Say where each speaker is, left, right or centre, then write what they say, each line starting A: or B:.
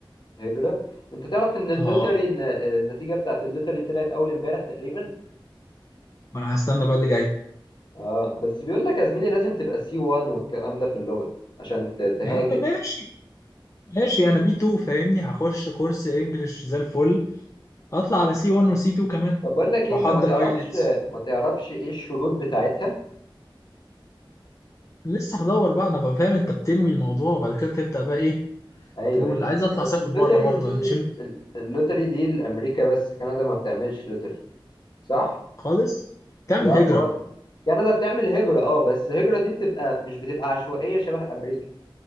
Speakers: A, on the left (about 55°); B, on the left (about 35°).
A: هجرة انت تعرف ان اللوتري
B: اه
A: الن- النتيجة بتاعت اللوتري طلعت اول امبارح تقريبا
B: ما انا هستنى بقى اللي جاي
A: اه بس بيقول لك يا زميلي لازم تبقى سي 1 والكلام ده في اللغة عشان ت- تهاجر
B: يا عم ماشي ماشي انا بي 2 فاهمني هخش كورس انجلش زي الفل هطلع على سي 1 وسي 2 كمان
A: طب بقول لك إيه،
B: واحضر
A: انت ما تعرفش
B: ايلتس
A: ما تعرفش ايه الشروط بتاعتها
B: لسه هدور بقى انا بقى فاهم انت بتنوي الموضوع وبعد كده تبدأ بقى ايه
A: ايوه
B: تقول
A: ايوه
B: عايز اطلع
A: بس
B: اسافر
A: اللوتري
B: بره برضه
A: دي
B: هشم
A: اللوتري دي لامريكا بس كندا ما بتعملش لوتري صح
B: خالص تعمل
A: لا
B: هجرة
A: خالص كندا بتعمل هجرة اه بس الهجرة دي بتبقى مش بتبقى عشوائية شبه أمريكا